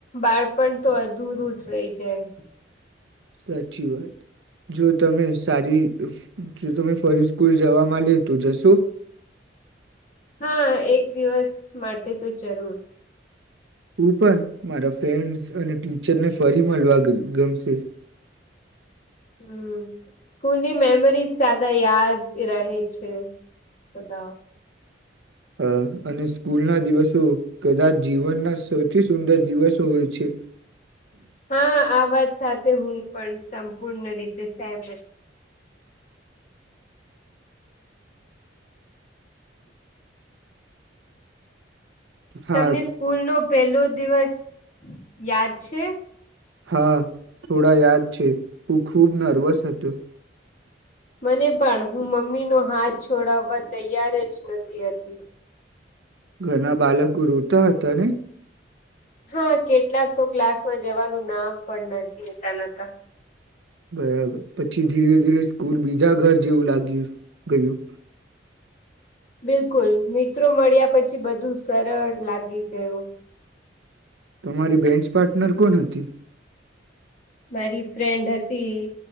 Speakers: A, on the left; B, on the right.
A: બાળપણતો અધુરું જ રય જાય.
B: સાચી વાત, જો તમે સારી જો તમે ફરી સ્કૂલ જવામાં લે તો જશો?
A: હા, એક દિવસ માટે તો. જરૂર.
B: હું પણ મારા ફ્રેન્ડસ અને ટીચરને ફરી મળવા ગમશે.
A: હમ, સ્કૂલની મેમરીઝ સાદા યાદ રહે છે સદા.
B: હ અને સ્કૂલના દિવસો કદાચ જીવનના સૌથી સુંદર દિવસો હોય છે.
A: હા, આ વાત સાથે હું પણ સંપૂર્ણ રીતે સેમ.
B: હા
A: તમને સ્કૂલનો પેલ્લો દિવસ યાદ છે.?
B: હા, થોડા યાદ છે હું ખૂબ નર્વસ હતો.
A: મને પણ હું મમ્મીનો હાથ છોડાવવા તૈયાર જ નથી હતી.
B: ઘણા બાલકો રોતા હતા ને?
A: હા, કેટલાક તો ક્લાસમાં જવાનું નામ પણ નથી લેતા નતા.
B: બરાબર. પછી ધીરે ધીરે સ્કૂલ બીજા ઘર જેવું લાગ્યું ગયું.
A: બિલકુલ, મિત્રો મળ્યા પછી બધું સરળ લાગી ગયું.
B: તમારી બેન્ચ પાર્ટનર કોણ હતી?
A: મારી ફ્રેન્ડ હતી